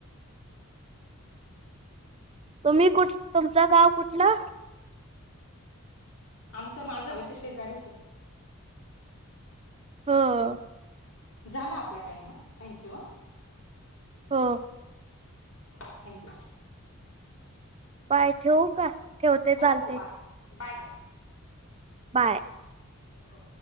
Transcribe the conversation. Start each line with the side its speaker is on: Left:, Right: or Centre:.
Right: तुम्ही कुठ? तुमचं गाव कुठलं?
Left: आमचं माझा इथ शेजारीच आहे.
Right: हो..
Left: झाला आपला टाईम आप थँक्यू हा..
Right: हो..
Left: थँक्यू..
Right: बाय ठेवू का? ठेवते
Left: हो
Right: चालते..
Left: हो बाय बाय बाय..
Right: बाय..
Left: हो..